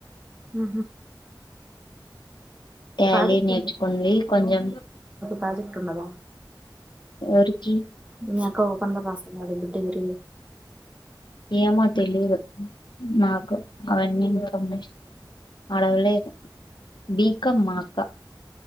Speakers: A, on the right; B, on the left.
A: ఆ
B: టాలీ
A: పజెక్ట్
B: నేర్చుకుంది కొంచెం
A: పజెక్ట్ ఉన్నదా
B: ఎవరికి
A: మీ అక్క ఓపెన్ లో రాస్తుందా డిగ్రీ
B: ఏమో తెలిదు నాకు అవన్నీ ఇన్ఫర్మేషన్ అడగలేదు బీకాం మా అక్క